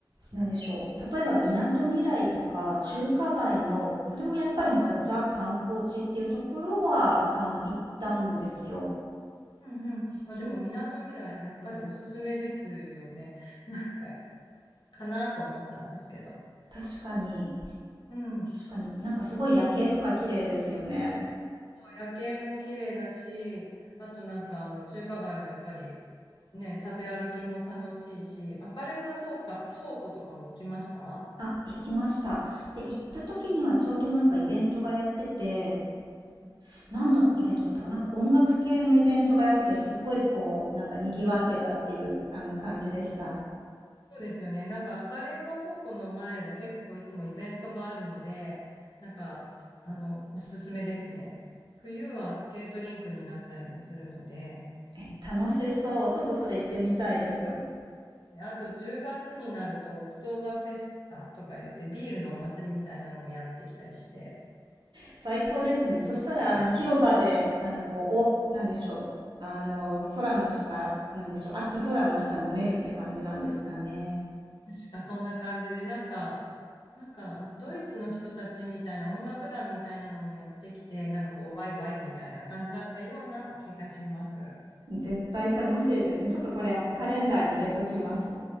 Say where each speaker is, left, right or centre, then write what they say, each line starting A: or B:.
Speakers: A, on the right; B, on the left.
A: なんでしょう。例えば、みなとみらいとか、中華街の、
B: うん
A: それもやっぱりまたザ観光地っていうところは、
B: うん
A: あの、行ったんですよ。
B: うんうん。まあ、
A: そう。
B: でも、みなとみらい、やっぱりおすすめですよね。なんか、かなと思ったんですけど。
A: 確かに、
B: うん。
A: 確かになんかすごい夜景とか綺麗ですよね。
B: 夜景も綺麗だし、あとなんかあの中華街のやっぱりね、食べ歩きも楽しいし、赤レンガ倉庫か、倉庫とかも行きました
A: あ、行きました。で、行った時にはちょうどなんかイベントがやってて、
B: うんうん
A: 何のイベントだったかななんか音楽系のイベントがやってて、すっごいこう、なんか賑わってたっていう、
B: うん
A: あの感じでした。
B: そうですよね。なんか赤レンガ倉庫の前は結構いつもイベントがあるので、なんか、あの、おすすめですね。冬はスケートリンクになったりもするので、
A: え、楽しそう。ちょっとそれ行ってみたいです。
B: あと10月になるとオクトーバーフェスタとか言ってビールのお祭りみたいなのもやってきたりして、
A: 最高ですね。そしたら、
B: <laughs>
A: あの、広場で、なんかこう、お、なんでしょう。あの、空の下、なんでしょう。秋空の下飲めるって感じなんですかね。
B: 確かそんな感じで、なんか、なんか、ドイツの人たちみたいな音楽団みたいなのもやってきて、なんかこう、ワイワイみたいな感じだったような気がします。
A: 絶対楽しいですね。ちょっとこれ、あの、カレンダーに入れときます。